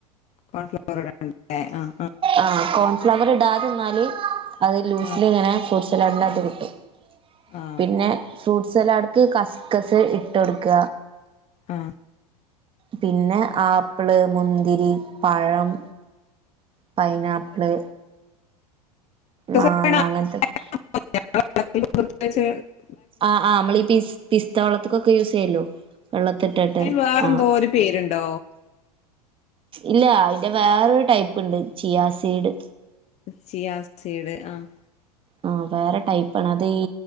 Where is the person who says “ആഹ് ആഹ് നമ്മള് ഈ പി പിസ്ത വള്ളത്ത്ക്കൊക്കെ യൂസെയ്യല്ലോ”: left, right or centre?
Right